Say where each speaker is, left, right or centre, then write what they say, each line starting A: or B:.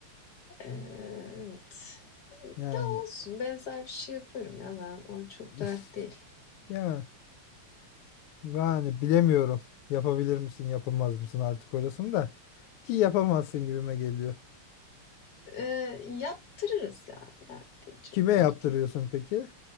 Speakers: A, on the left (about 55°); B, on the left (about 90°).
A: Ee, evet.
B: Yani
A: Ya olsun benzer bir şey yaparım ya ben o çok
B: <laughs>
A: dert değil.
B: ya yani bilemiyorum. Yapabilir misin, yapamaz mısın artık orasını da. Ki yapamazsın gibime geliyor.
A: Ee, yaptırırız ya dert değil çok
B: Kime yaptırıyorsun
A: dert değil.
B: peki?